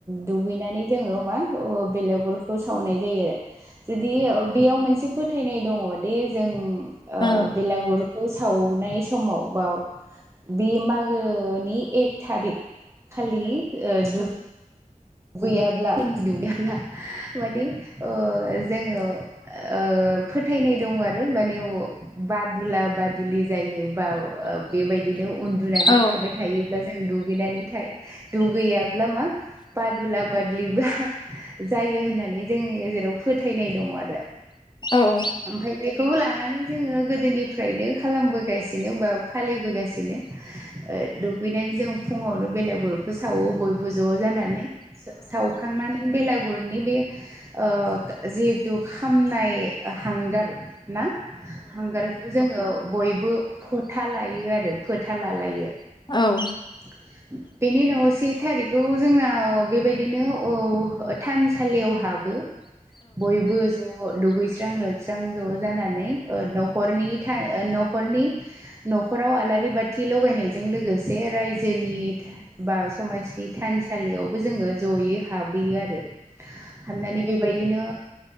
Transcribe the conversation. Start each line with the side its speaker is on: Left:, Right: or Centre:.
Right: दुगैनानै जोङो मा अ बेलेगरखौ सावनाय जायो आरो जुदि बेयाव मोनसे फोथायनाय दङ दे जों
Left: औ
Right: बेलागुर खौ सावनाय समाव बाव बे मागोनि एक थारिक खालि आ द गैयाब्ला <unintelligible> माने ओ जोङो ओ फोथायनाय दङ आरो माने बादुला बादुलि जायो बा ओ बेबायदिनो उन्दुनानै
Left: औ
Right: थाबाय थायोब्ला जों दुगैनानै था दुगैयाब्ला मा बादुला बादुलि बा जायो होननानै जोंनि गेजेराव फोथायनाय दङ आरो।
Left: औ।
Right: ओमफ्राय बेखौ लानानै जोङो गोदोनिफ्रायनो खालामबोगासिनो बा फालिबोगासिनो। ओ दुगैनानै जों फुङावनो बेलागुरखौ सावो बयबो ज' जानानै। सावखांनानै बेलागुरनि बे ओ जिहेथु खामनाय हांगार ना हांगार बेखौ जोङो बयबो फोथा लायो आरो फोथालालायो ‌।
Left: औ।
Right: <inaudible> बेनि उनाव से थारिखखौ जोंनाव बेबायदिनो अ थानसालियाव हाबो। बयबो ज' दुगैस्रां लोबस्रां ज' जानानै ओ न'खरनि था न'खरनि। न'खराव आलारि बाथि लगायनायजों लोगोसे रायजोनि बा समाजनि थानसालियावबो जोङो जयै हाबहैयो आरो हाबनानै बेबायदिनो